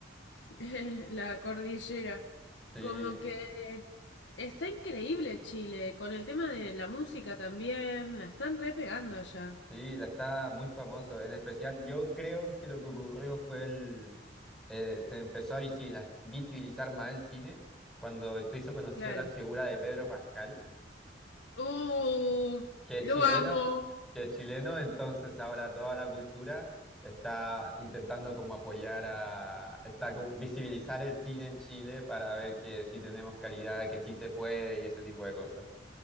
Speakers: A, on the left; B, in the centre.
A: <laughs> La cordillera.
B: Sí,
A: Como que está increíble Chile, con el tema de la música también, la están repegando allá.
B: Sí, la está muy famoso. En especial, yo creo que lo que ocurrió fue el, eh, se empezó a visibilizar, visibilizar más el cine cuando se hizo conocida
A: Claro.
B: la figura de Pedro Pascal,
A: Uh,
B: que es
A: lo
B: chileno,
A: amo.
B: que es chileno, entonces ahora toda la cultura está intentando como apoyar a, está como visibilizar el cine en Chile para ver que sí tenemos calidad, que sí se puede y ese tipo de cosas.